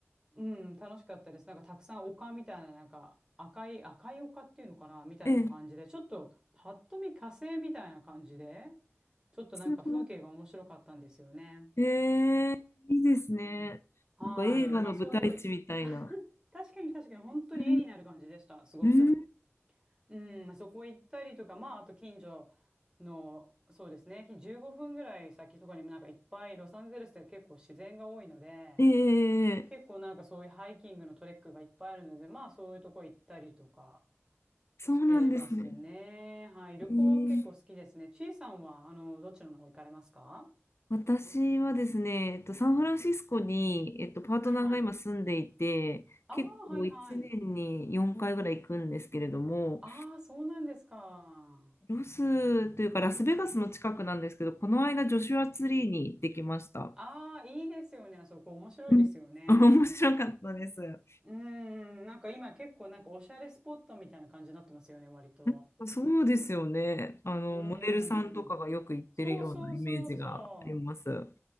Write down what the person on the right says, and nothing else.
うん、楽しかったです。なんかたくさん丘みたいな、なんか赤い、赤い丘っていうのかなみたいな感じで、
ちょっとパッと見火星みたいな感じで、ちょっとなんか風景が面白かったんですよね。
はい。
まあそう、<laughs> 確かに確かに本当に絵になる感じでした。
すごく。
うん、そこ行ったりとか、まああと近所の、そうですね、15分ぐらい先とかにもなんかいっぱいロサンゼルスって結構自然が多いので、
結構なんかそういうハイキングのトレックがいっぱいあるので、まあそういうとこ行ったりとか
してますね。はい。旅行は結構好きですね。
ちいさんは、あの、どちらの方行かれますか
はいはい。ああ、
はいはい。ああ、そうなんですか。
ああ、いいですよね。あそこ面白いですよね。
うーん、なんか今結構なんかおしゃれスポットみたいな感じになってますよね、割と。
うー
ん。そうそうそうそう。